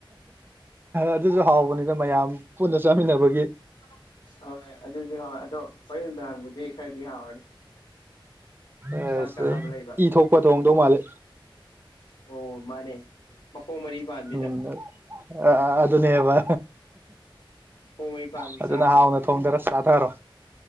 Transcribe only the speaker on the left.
<unintelligible> ꯍꯣꯏ ꯑꯗꯨꯗꯤ ꯍꯥꯎ ꯑꯗꯣ ꯍ ꯅꯨꯡꯗꯥꯡꯕꯨꯗꯤ ꯈꯔꯗꯤ ꯍꯥꯎꯔꯅꯤ
ꯆꯥꯛ ꯆꯥꯅꯕ ꯂꯩꯕ
ꯑꯣ ꯃꯥꯅꯦ ꯃꯈꯣꯡ ꯃꯔꯤ ꯄꯥꯟꯕꯤꯗ
ꯃꯈꯣꯡ ꯃꯔꯤ ꯄꯥꯟꯕꯤ
ꯆꯥꯗꯣꯏꯕ